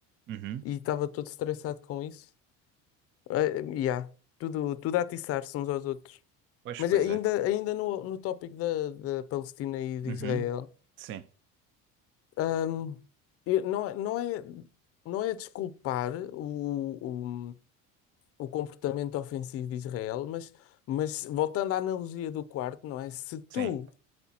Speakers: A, on the right (about 40°); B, on the left (about 45°).
A: Uhum.
B: e estava todo estressado com isso. Eh, yeah. Tudo, tudo a atiçar-se uns aos outros.
A: Pois,
B: Mas
A: pois
B: ainda,
A: é.
B: ainda no, no tópico da, da Palestina e de
A: Uhum.
B: Israel.
A: Sim,
B: Ahm, e não, é- não é, não é desculpar o, o, o comportamento ofensivo de Israel, mas, mas voltando à analogia do quarto, não é? Se tu
A: sim.